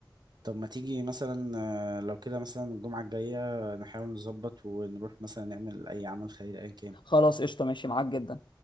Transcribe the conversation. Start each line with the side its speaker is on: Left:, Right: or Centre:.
Right: طب ما تيجي مثلا آه، لو كده مثلا الجمعة الجاية نحاول نظبط ونروح مثلا نعمل أي عمل خيري أيا كان
Left: خلاص قشطه ماشي معاك جدا